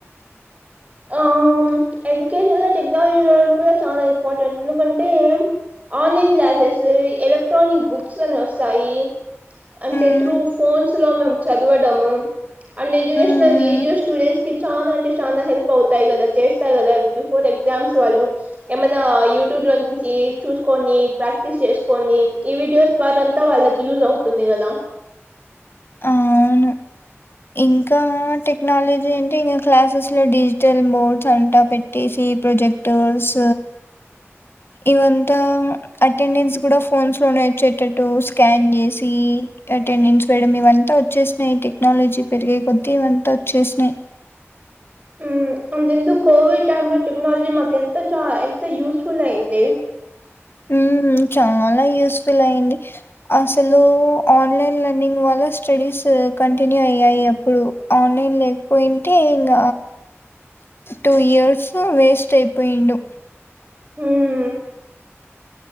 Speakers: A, on the right; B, on the left.
A: ఆ ఎడ్యుకేషన్ లో టెక్నాలజీ లో కూడ చాల ఇంపార్టెంట్ ఎందుకంటే ఆన్లైన్ క్లాసెస్ ఎలక్ట్రానిక్ బుక్స్ అని వస్తాయి అంటే
B: హ్మ్
A: త్రూ ఫోన్స్ లో మేమ్ చదవడము అండ్ ఎడ్యుకేషన్లో
B: హ్మ్
A: వీడియోస్ స్టూడెంట్స్ కి చాల అంటే చాన హెల్ప్ పవుతాయి కదా చేస్తాయి కదా బిఫోర్ ఎగ్జామ్స్ వాళ్ళు ఏమైన్నా యూట్యూబ్ లో నుంచి చూస్ కొని ప్రాక్టీస్ చేసుకొని ఈ వీడియోస్ ద్వార అంతా వాళ్ళకి యూజ్ అవుతుంది కదా
B: అవును ఇంకా టెక్నాలజీ అంటే ఇంకా క్లాసెస్ లో డిజిటల్ బోర్డ్స్ అవంతా పెట్టేసి ప్రాజెక్టర్స్ ఇవంతా అటెండెన్స్ గూడా ఫోన్స్ లోనే వచ్చేటట్టు స్కాన్ జేసి అటెండెన్స్ వేయడం ఇవంతా వచ్చేసినాయి టెక్నాలజీ పెరిగే కొద్దీ ఇవంతా వచ్చేసినాయి
A: మ్మ్ అంతెందుకు కోవిడ్ టైమ్ లో టెక్నాలజీ మాకెంత చ ఎంత యూస్ఫుల్ అయింది
B: మ్మ్ చాలా యూస్ఫుల్ అయ్యింది అసలు ఆన్లైన్ లన్నింగ్ వాళ్ళ స్టడీస్ కంటిన్యూ అయ్యాయి అప్పుడు ఆన్లైన్ లేకపొయింటే ఇంగ టూ ఇయర్స్ వేస్ట్ అయిపొయిండు
A: హ్మ్